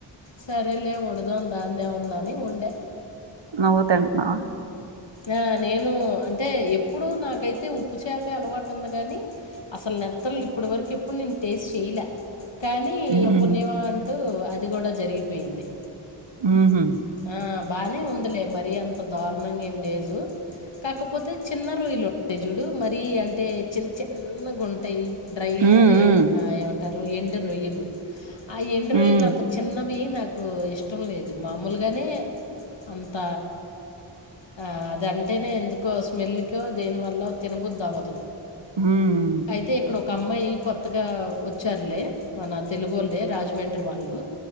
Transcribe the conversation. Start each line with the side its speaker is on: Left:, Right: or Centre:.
Left: సరేలే వందుదాం దానిది ఏముంది అని వందా
Right: నువ్వు తంటన్నావా
Left: ఆ నేను అంటే ఎప్పుడు నాకైతే ఉప్పు చెపే అలవాటు ఉంది కాని అసలు నత్తలు ఇప్పటివరకు ఎప్పుడు నేను టేస్ట్ చేయలే కానీ ఈ
Right: ఉహు
Left: పుణ్యమ అంటూ అది కూడా జరిగిపోయింది
Right: ఉహు
Left: ఆ బానే ఉందిలే మరీ అంత దారుణంగా ఏం లేదు కాకపోతే చిన్న రొయలు ఉ చూడు మరీ అంటే చిన్న చిన్నగాంటాయి డ్రై
Right: ఉమ్
Left: అదే ఆ ఏమంట ఎండు రొయ్యలు ఆ ఎండు రొయ్యలు
Right: ఉమ్ ఉమ్
Left: అంత చిన్నవి నాకు ఇష్టం లేదు మా మాములుగానే అంత ఆ అదంటేనే ఎందుకో స్మెల్కో దేనివల్ల తినబుది అవ్వదు
Right: ఉమ్
Left: అయితే ఇక్కడ ఒక అమ్మాయి కొత్తగా వచ్చారులే మన తెలుగు వాళ్ళ రాజమండ్రి వాళ్ళు